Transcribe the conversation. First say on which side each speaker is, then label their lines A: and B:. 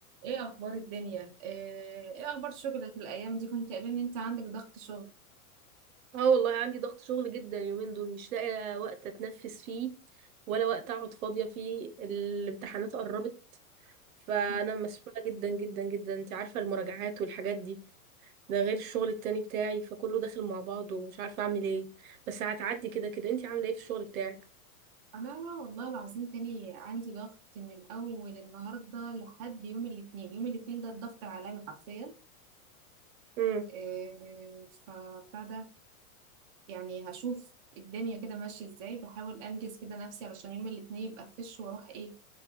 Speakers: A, on the right; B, on the right.
A: ايه اخبار الدنيا ايه إيه اخبار شغلك الايام دي كنت قايل ان انت عندك ضغط شغل
B: اه والله عندي ضغط شغل جدا اليومين دول مش لاقي وقت اتنفس فيه ولا وقت اقعد فاضية فيه الامتحانات قربت فانا
A: مم.
B: مسحولة جدا جدا جدا انت عارفة المراجعات والحاجات دي ده غير الشغل التاني بتاعي فكله داخل مع بعضه ومش عارفة اعمل ايه بس هتعدي كده كده انت عاملة ايه في الشغل بتاعك
A: انا والله العظيم تاني عندي ضغط من اول النهارده لحد يوم الاثنين يوم الاثنين ده الضغط العالمي حرفيا
B: امم
A: إيه فبتاع ده يعني هشوف الدنيا كده ماشيه ازاي بحاول انجز كده نفسي علشان يوم الاثنين يبقى فش واروح ايه